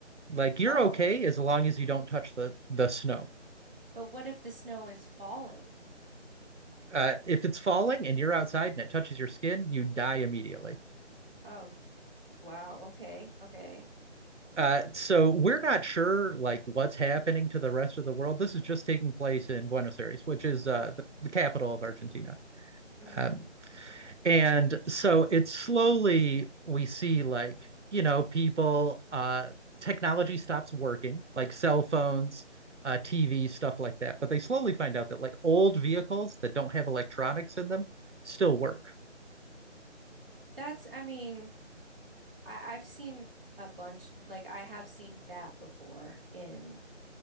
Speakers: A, on the right (about 70°); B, in the centre.
A: Like you're
B: Oh,
A: okay as long as you don't touch the the snow.
B: but what if the snow is falling?
A: Uh, if it's falling and you're outside and it touches your skin, you die immediately.
B: Oh, wow. Okay. Okay.
A: Uh, so we're not sure like what's happening to the rest of the world. This is just taking place in Buenos Aires, which is uh, the, the capital of Argentina.
B: Mm-hmm.
A: Um, And so it's slowly we see like, you know, people uh technology stops working, like cell phones, uh TV, stuff like that. But they slowly find out that like old vehicles that don't have electronics in them still work.
B: That's, I mean, I, I've seen a bunch, like I have seen that before in